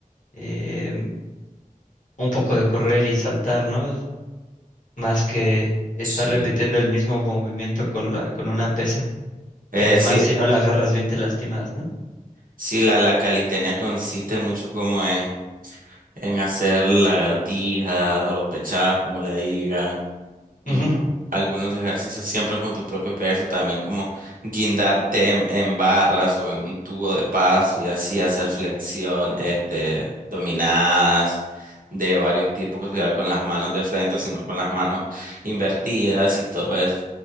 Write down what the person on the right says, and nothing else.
sí.
Eh,
sí,
sí, la, la calistenia consiste mucho como en, en hacer lagartijas o pechadas, como le digan. mm,
algunos ejercicios siempre con tu propio peso, también como guindarte en, en barras o en un tubo de paso y así hacer flexión, este, dominadas de varios tipos, que sea con las manos de frente, sino con las manos invertidas y todo eso.